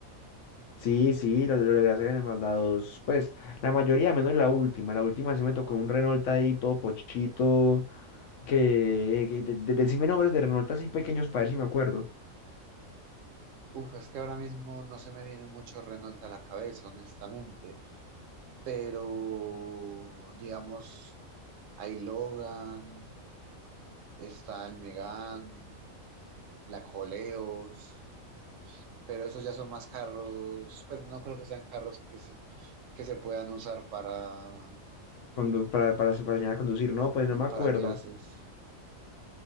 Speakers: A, on the left; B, on the right.
A: Sí, sí, lo, lo logré hacer en el Mazda 2, pues la mayoría, menos la última, la última sí me tocó un Renault ahí todo pochito, que, que de, de, decime nombres de Renault así pequeños para ver si me acuerdo,
B: Uf, es que ahora mismo no se me viene mucho Renault a la cabeza, honestamente, pero digamos, hay Logan, está el Megane, la Coleos, pero esos ya son más carros, pues no creo que sean carros que se, que se puedan usar para,
A: cuando, para, para, para enseñar a conducir, no, pues
B: ¿no?
A: no me acuerdo.
B: para clases.